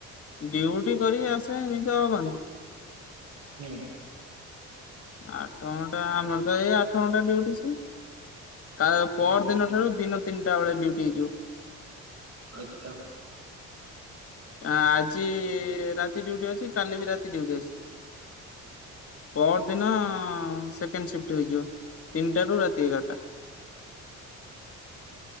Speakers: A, on the left; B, on the right.
A: ଡ୍ୟୁଟି କରିକି ଆସେ ନିଦ ହବନି।
B: ହୁଁ।
A: ଆଠ ଘଣ୍ଟା ଆମର ତ ଏଇ ଆଠ ଘଣ୍ଟା ଡିଉଟି ସେଇ। କା ପରଦିନ
B: ହୁଁ ହୁଁ
A: ଠାରୁ ଦିନ ତିନିଟା ବେଳେ ଡ୍ୟୁଟି ହେଇଯିବ।
B: ଆଚ୍ଛା।
A: ଆଜି ରାତି ଡ୍ୟୁଟି ଅଛି କାଲି ବି ରାତି ଡ଼ିଉଟି ଅଛି। ପରଦିନ ସେକେଣ୍ଡ ସିଫ୍ଟ ହେଇଯିବ ତିନିଟା ରୁ ରାତି ଏଗାର।